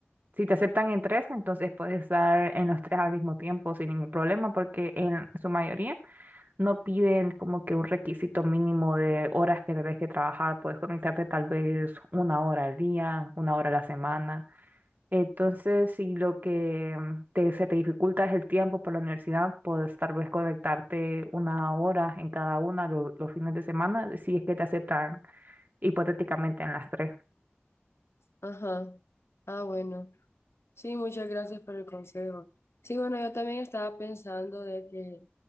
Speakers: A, on the right; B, on the left.
A: si te aceptan en tres, entonces puedes estar en los tres al mismo tiempo sin ningún problema, porque en su mayoría no piden como que un requisito mínimo de horas que debes que trabajar. Puedes conectarte tal vez una hora al día, una hora a la semana. Entonces, si lo que mm, te, se te dificulta es el tiempo por la universidad, puedes tal vez conectarte una hora en cada una lo- los fines de semana, si es que te aceptan hipotéticamente en las tres.
B: ajá. Ah, bueno. Sí, muchas gracias por el consejo. Sí, bueno, yo también estaba pensando de que